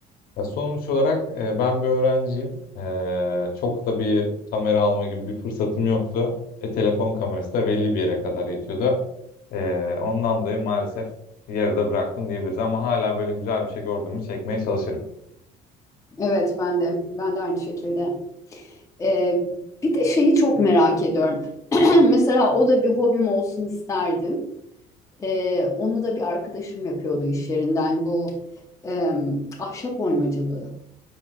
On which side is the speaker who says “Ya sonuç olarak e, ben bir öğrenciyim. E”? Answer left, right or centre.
Left